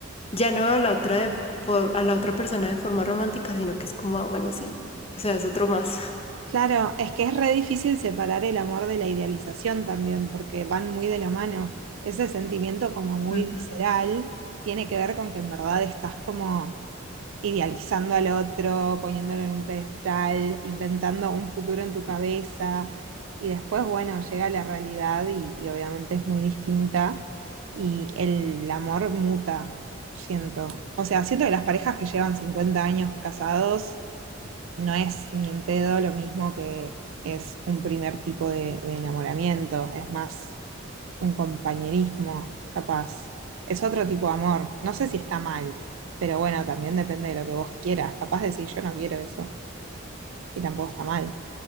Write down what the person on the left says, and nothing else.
ya no a la otra de, por, a la otra persona de forma romántica, sino que es como, ah, bueno, sí, o sea, es otro más.
Ujú.